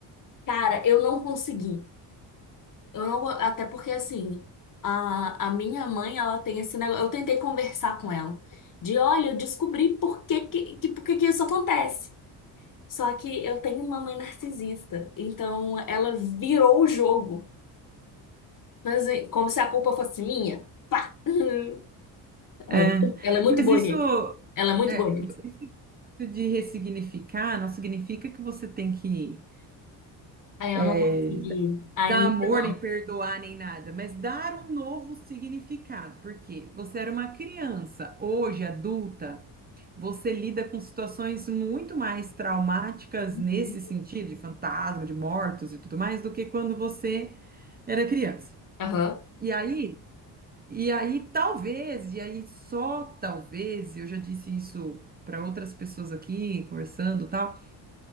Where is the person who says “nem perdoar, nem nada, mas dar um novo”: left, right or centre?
Right